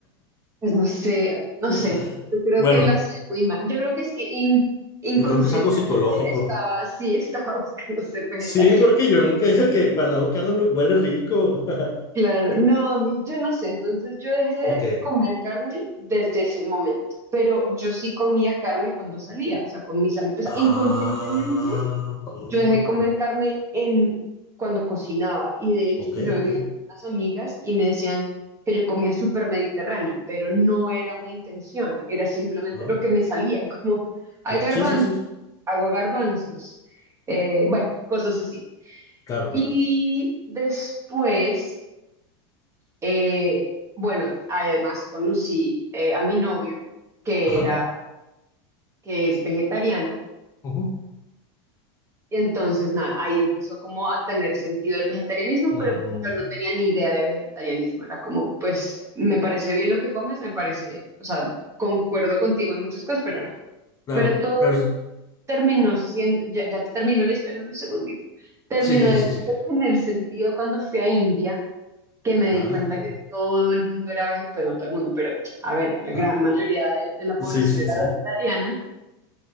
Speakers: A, on the right; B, on the left.
A: Pues no sé, no
B: <laughs>
A: sé. Yo creo
B: Bueno,
A: que lo hacía muy mal. Yo creo que es que in- inconscientemente
B: yo creo que es algo psicológico.
A: estaba, sí, <laughs> estaba buscando ser vegetariana.
B: Sí, porque yo nunca <laughs> que cuando hago carne no huele rico. <laughs>
A: Claro, no, a mí- yo no sé. Entonces yo dejé de
B: Ok.
A: comer carne desde ese momento. Pero yo sí comía carne cuando salía, o sea, con mis amigos. O sea,
B: Ah,
A: inconscientemente.
B: ok,
A: Yo dejé
B: ok.
A: de comer carne en cuando cocinaba y de hecho
B: Ok,
A: pues yo vivía
B: ok.
A: con unas amigas y me decían que yo comía súper mediterráneo, pero no era una intención, era simplemente
B: Ajá.
A: lo que me salía, <laughs> como hay
B: Cla-
A: garbanzos,
B: Sí, sí, sí. sí.
A: hago garbanzos, eh, bueno, cosas así.
B: Claro,
A: Y
B: claro.
A: después, eh, bueno, además conocí eh, a mi novio, que
B: Ajá.
A: era, que es vegetariano,
B: ujú.
A: Entonces, nada, ahí empezó como a tener sentido el vegetarianismo,
B: Mm,
A: pero yo no tenía ni idea de vegetarianismo. Era como, pues, me parece bien lo que comes, me parece, o sea, concuerdo contigo en muchas cosas, pero nada.
B: claro.
A: Pero todo
B: Pero
A: terminó siendo, ya, ya te terminó la historia en un segundito. Terminó
B: sí, sí, sí,
A: de
B: sí, sí.
A: tener sentido cuando fui a India, que me di
B: Ah.
A: cuenta que todo el mundo era vegetariano, pues no todo el mundo, pero a ver, que la
B: ah,
A: gran mayoría de de la población
B: Sí, sí,
A: era
B: sí.
A: vegetariana.